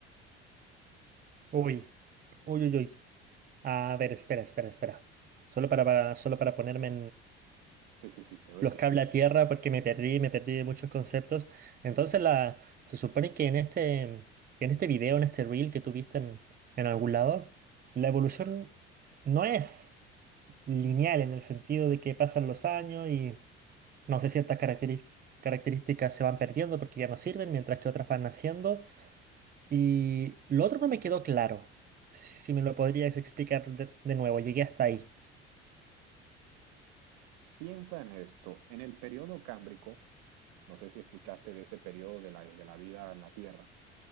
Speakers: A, on the right; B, on the right.
A: Uy, uy, uy, uy. A ver, espera, espera, espera. Solo para, para- solo para ponerme
B: Sí, sí, sí, te doy
A: los
B: tiempo.
A: cable a tierra porque me perdí, me perdí de muchos conceptos. Entonces la, se supone que en este, en este video, en este reel que tuviste en, en algún lado, la evolución no es lineal en el sentido de que pasan los años y no sé, ciertas caracteris- características se van perdiendo porque ya no sirven, mientras que otras van naciendo. Y lo otro no me quedó claro. Si me lo podrías explicar de, de nuevo, llegué hasta ahí.
B: Piensa en esto, en el periodo cámbrico, no sé si escuchaste de ese periodo de la, de la vida en la Tierra,